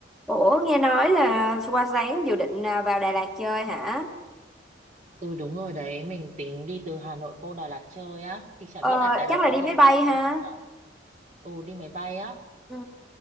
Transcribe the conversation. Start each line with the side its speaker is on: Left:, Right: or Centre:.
Centre: Ủa nghe nói là qua sáng dự định à, vào Đà Lạt chơi hả?
Right: Ừ đúng rồi đấy, mình tính đi từ Hà Nội vô Đà Lạt chơi á, thì chả
Centre: Ờ,
Right: biết là Đà Lạt
Centre: chắc là
Right: có
Centre: đi
Right: gì
Centre: máy
Right: để
Centre: bay
Right: vui
Centre: ha.
Right: chơi không nào. Ừ đi máy bay á,
Centre: Ừ,